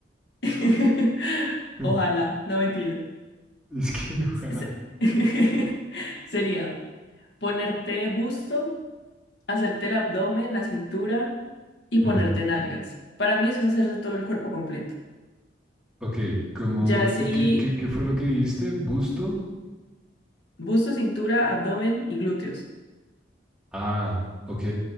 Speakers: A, on the left; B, in the centre.
A: <laughs>
B: <laughs>
A: Ojalá, no mentira.
B: es que ojalá.
A: Se- se- <laughs> Sería ponerte busto, hacerte el abdomen, la cintura y ponerte
B: Ujú.
A: nalgas. Para mí eso es hacerte todo el cuerpo completo.
B: Ok, como,
A: Ya si
B: eh, ¿qué, qué, qué fue lo que dijiste? ¿Busto?
A: Busto, cintura, abdomen y glúteos.
B: Ah, ok.